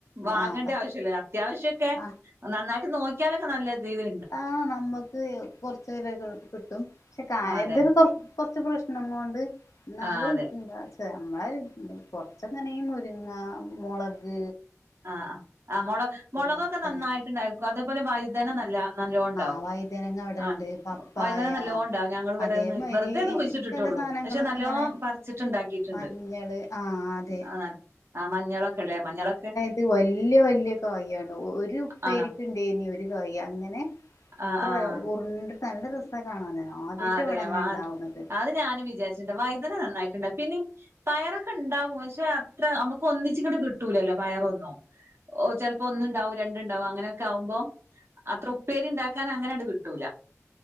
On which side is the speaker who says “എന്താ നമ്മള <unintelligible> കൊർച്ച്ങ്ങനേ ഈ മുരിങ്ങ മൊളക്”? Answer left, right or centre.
Left